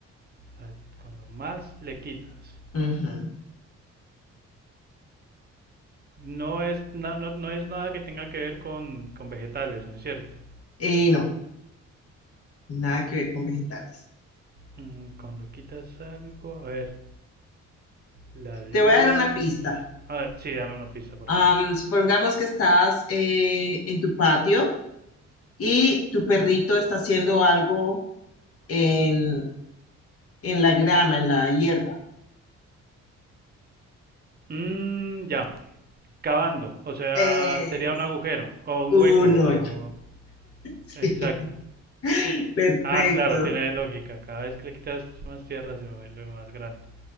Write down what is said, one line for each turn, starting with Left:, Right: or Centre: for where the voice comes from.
Right: Ah, Cuando más le quitas.
Left: Ujú.
Right: No es, na- no, no es nada que tenga que ver con, con vegetales, ¿no es cierto?
Left: Eh, no, nada que ver con vegetales.
Right: Mm, Cuando quitas algo... A ver, la luz...
Left: Te voy a dar una pista.
Right: A ver, sí, dame una pista, por
Left: Am,
Right: favor.
Left: supongamos que estás eh, en tu patio y tu perrito está haciendo algo en, en la grama, en la hierba.
Right: Mm, ya, cavando. O sea,
Left: Es
Right: sería un agujero o un
Left: un
Right: hueco. o-
Left: hoyo. Sí.
Right: Exacto.
Left: <laughs>
Right: Ah,
Left: Perfecto.
Right: claro, tiene lógica. Cada vez que le quitas más tierra se vuelve más grande.